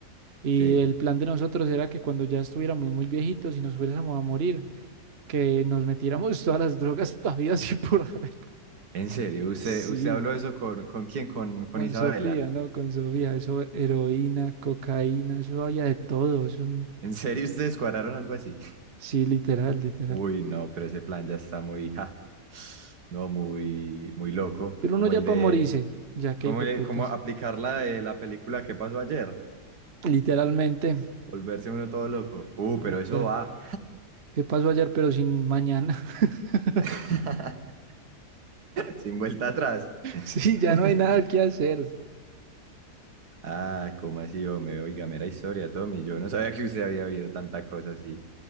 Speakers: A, on the right; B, on the right.
A: Y
B: Sí.
A: el plan de nosotros era que cuando ya estuviéramos muy viejitos y nos fuésemos a morir, que nos metiéramos todas las drogas <laughs> habidas y por haber.
B: En serio, usted,
A: Sí,
B: usted habló eso con, ¿con quién? Con, con
A: con
B: Isabela.
A: Sofía, ¿no? Con Sofía, eso, heroína, cocaína, eso había de todo, eso, n-
B: ¿En serio ustedes cuadraron algo así?
A: sí, literal, literal.
B: Uy, no, pero ese plan ya está muy, ja, no, muy, muy loco.
A: Pero uno
B: Como
A: ya
B: el de,
A: pa' morirse, ya que
B: como,
A: hijo
B: el-
A: de putas.
B: como aplicar la de la película que pasó ayer?
A: Literalmente,
B: Volverse uno todo loco. Uh,
A: literal.
B: pero eso va.
A: ¿Qué pasó ayer pero sin mañana? <laughs>
B: <laughs> Sin vuelta atrás. <laughs>
A: Sí, ya no hay nada que hacer.
B: Ah, ¿cómo así, hombre? Oiga, mera historia, Tommy. Yo no sabía que usted había habido tanta cosa así.